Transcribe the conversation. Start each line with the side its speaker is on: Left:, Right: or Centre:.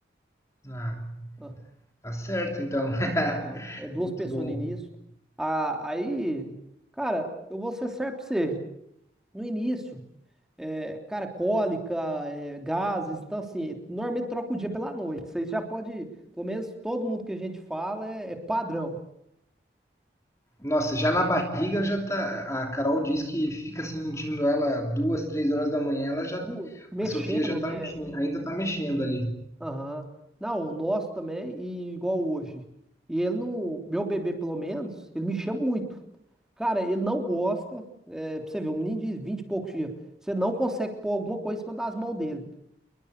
Left: Ah,
Centre: Ah,
Left: tá certo, então. <laughs>
Centre: Aham. É duas
Left: Muito
Centre: pessoas
Left: bom.
Centre: no início. Ah, aí, cara, eu vou ser certo pra você. No início, é, cara, cólica, é, gases, então assim, normalmente troca o dia pela noite. Vocês já pode, pelo menos todo mundo que a gente fala é, é padrão.
Left: Nossa, já na barriga já tá. A Carol diz que fica sentindo ela duas, três horas da manhã, ela já.
Centre: Pu- Mexendo,
Left: A Sofia já tá
Centre: né?
Left: mexendo, ainda tá mexendo ali.
Centre: Aham. Não, o nosso também, e igual hoje. E ele não. Meu bebê, pelo menos, ele me chama muito. Cara, ele não gosta. É, pra você ver, um menino de 20 e poucos dias. Você não consegue pôr alguma coisa em cima das mãos dele.